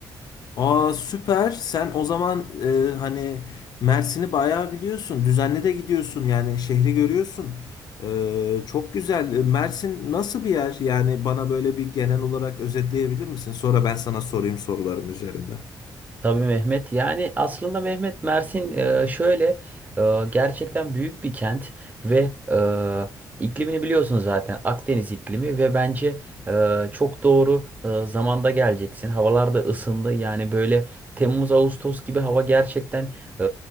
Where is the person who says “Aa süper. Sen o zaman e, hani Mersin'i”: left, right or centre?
Left